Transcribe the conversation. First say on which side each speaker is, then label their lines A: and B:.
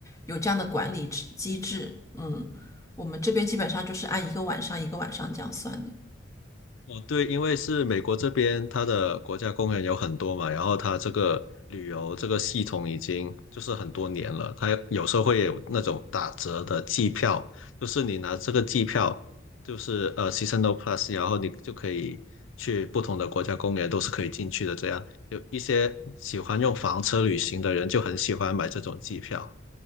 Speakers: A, on the left (about 15°); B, on the left (about 80°).
A: 有这样的管理制机制。嗯，我们这边基本上就是按一个晚上一个晚上这样算的。
B: 哦，对，因为是美国这边，它的国家公园有很多嘛，然后它这个旅游这个系统已经就是很多年了，它有时候会有那种打折的季票，就是你拿这个季票，就是呃 seasonal plus，然后你就可以去不同的国家公园都是可以进去的。这样有一些喜欢用房车旅行的人就很喜欢买这种季票，